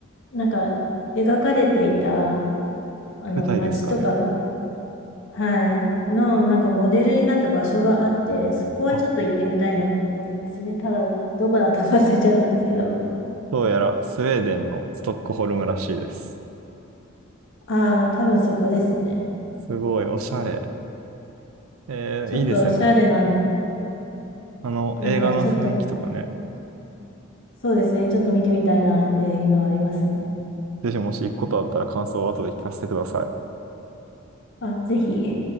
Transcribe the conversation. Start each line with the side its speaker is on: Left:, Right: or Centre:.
Left: なんか、描かれていた、あの、
Right: 舞台ですかね。
Left: 街とかが、はい、の、なんかモデルになった場所があって、そこはちょっと行ってみたいなと思ったんですね。
Right: あ、
Left: ただ、どこだったか忘れちゃったんですけど、
Right: どうやらスウェーデンのストックホルムらしいです。
Left: ああ、多分そこですね。
Right: すごいおしゃれ。えー、
Left: ちょっとおしゃれなん、
Right: いいですよね。あの、
Left: なんかちょっと、
Right: 映画の雰囲気とかね。
Left: そうですね、ちょっと見てみたいなっていうのはありますね。
Right: ぜひもし行くことあったら感想を後で聞かせてください。
Left: あ、ぜひ。